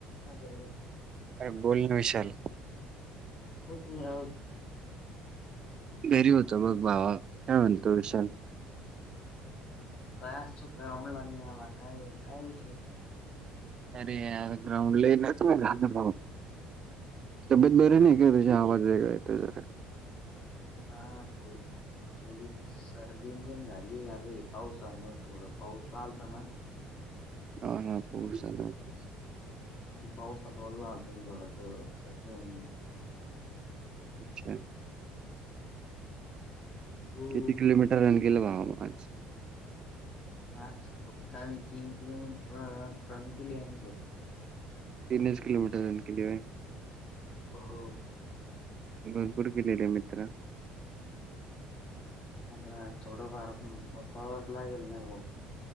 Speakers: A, on the left; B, on the right.
A: हॅलो
B: अरे गोल न विशाल
A: कुठ राऊज
B: बरी होत मग बावा याव तु विशल.
A: काय असतो ग्राउंड ला निघाला काय काय विषय.
B: अरे ग्राउंडलाच. तब्येत बरे नाही का त्याझ आवाज वेगळा येत ज.
A: हा त. थोडी सर्दीण झाली आता पावसामुळे थोड पाऊस चालत ना
B: हा हा पो चाल होता
A: पाऊसात वल्ला आल तो मी थोडाच सर्दी होऊन गेली
B: अच्छ
A: तू
B: किती किलोमीटर टन केलं भावाज
A: आज फक्त आम्ही तीन किलोमीटर रन केली आम्ही फक्त
B: तिनच किलोमीटर रन केलीिय
A: हो हो.
B: भरपूर किती आले मित्र.
A: आता थोडंफार पावाचं लागल ना ओ.